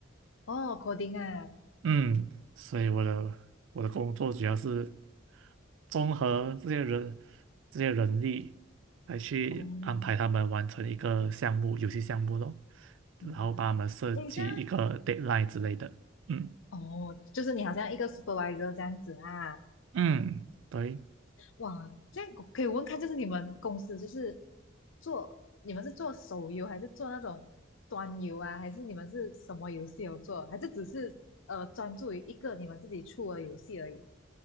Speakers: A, on the left; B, on the right.
A: 哦，coding 啊，
B: 嗯，所以我的我的工作主要是综合这些人这些人力，来去安排他们完成一个项目，
A: 哦，
B: 游戏项目咯，
A: 明白。
B: 然后帮他们设计一个
A: 诶，这样
B: deadline 之类的。嗯
A: 哦，就是你好像一个 supervisor 这样子啊。
B: 嗯，对。
A: 哇，这样可以问看，就是你们公司就是做，你们是做手游还是做那种端游啊？还是你们是什么游戏有做？还是只是呃专注于一个你们自己出的游戏而已？